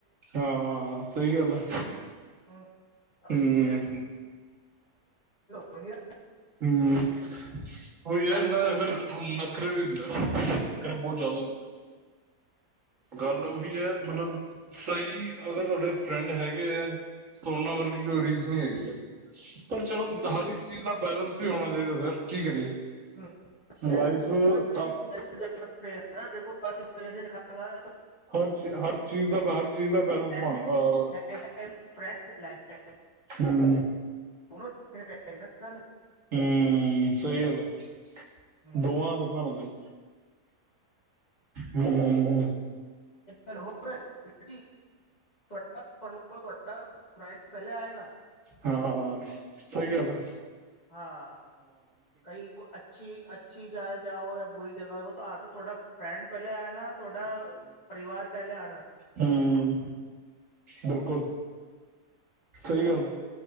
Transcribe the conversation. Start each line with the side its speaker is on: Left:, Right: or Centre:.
Right: ਹਾਂ ਸਹੀ ਗੱਲ ਹੈ
Left: ਹਮ, ਬੱਚੇ
Right: ਹਮ
Left: ਪਨੀਰ
Right: ਹਮ ਉਹੀ
Left: ਤਾਂ ਸਾਡਾ
Right: ਹੈ ਇਹਨਾਂ
Left: ਤਾਂ
Right: ਦਾ
Left: ਹੋ
Right: ਫਿਰ
Left: ਗਿਆ
Right: ਹੁਣ ਨੱਖਰੇ
Left: ਹਾਂ
Right: ਵੀ ਹੁੰਦੇ ਨਾ ਬਹੁਤ ਜਿਆਦਾ ਗੱਲ ਉਹੀ ਹੈ ਮਤਲਬ ਸਹੀ ਅਗਰ ਤੁਹਾਡੇ ਫਰੈਂਡ ਹੈਗੇ ਹੈ ਤੇ ਉਨ੍ਹਾਂ ਵਰਗੀ ਕੋਈ ਰੀਜ਼ ਹੈਗੀ ਪਰ ਚਲੋ
Left: ਜੀ ਵੀਰ
Right: ਹਰ
Left: ਜੀ।
Right: ਇੱਕ ਚੀਜ਼ ਦਾ ਬੈਲੈਂਸ ਆਉਣਾ ਚਾਹੀਦਾ ਸਰ ਕੀ ਕਰੀਏ
Left: ਹਮ, ਬਿਲਕੁਲ
Right: ਲਾਈਫ
Left: ਵੀਰ
Right: ਆਪ
Left: ਜੀ ਬੈਲੈਂਸ ਰੱਖਣਾ ਪਏਗਾ ਨਾ ਦੇਖੋਸੀ ਪਲੇ ਰ ਖਾਗਾ
Right: ਹਰ ਚ ਹਰ ਚੀਜ਼ ਦਾ ਹਰ ਚੀਜ਼ ਦਾ ਬੈਲੇੈਂਸ
Left: ਫੈਮਿਲੀ
Right: ਬ ਅਹ
Left: ਲਾਈਫ ਟਾਈਮ ਫਰੈਂਡ ਲਾਈਫ ਟਾਈਮ
Right: ਹਮ
Left: ਪ ਸਾਨੂੰ
Right: ਹਮ ਸਹੀ ਗਲ਼ ਏ
Left: ਹੂੰ
Right: ਦੋਵਾਂ ਦਾ ਦੇਖਣਾ ਬੰਦਾ ਜ ਹੂੰ
Left: ਗੱਲ ਹੋਰ ਜ ਤੁਹਾਡਾ ਪੜੋ ਤੁਹਾਡਾ ਫਰੈਂਡ ਪਹਿਲੇ ਆਏਗਾ
Right: ਹਾਂਾਂ ਸਹੀ ਗਲ ਆ
Left: ਹਾਂ ਕਈ ਅੱਛੀ ਅ ਅੱਛੀ ਜਾਏ ਜਾਓ ਜਾਂ ਬੁਰੀ ਜਗਾ ਹੋ ਤਾਂ ਆ ਤੁਹਾਡਾ ਫਰੈਂਡ ਪਹਿਲੇ ਆਇਣਾ ਤੁਹਾਡਾ ਪਰਿਵਾਰ ਪਹਿਲੇ ਆਣਾ
Right: ਹਮ ਬਿਲਕੁਲ ਸਹੀ ਗੱਲ ਹੈ